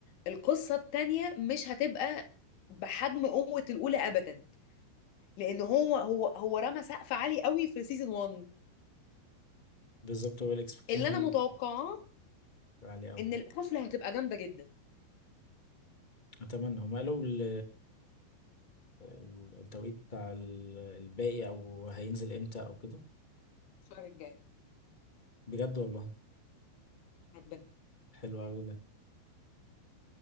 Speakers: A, on the left; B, on the left.
A: القصة التانية مش هتبقى بحجم قوة الأولى أبدا لأن هو هو هو رمى سقف عالي قوي في سيزون 1
B: بالظبط هو الاكسبكتيشن
A: اللي أنا متوقعاه
B: عالية قوي
A: إن القفلة هتبقى جامدة جدا
B: اتمنى هم قالوا ال- ال- التوقيت بتاع ال- الباقي او هينزل امتى او كده
A: الشهر الجاي
B: بجد والله
A: ربنا
B: حلو قوي ده.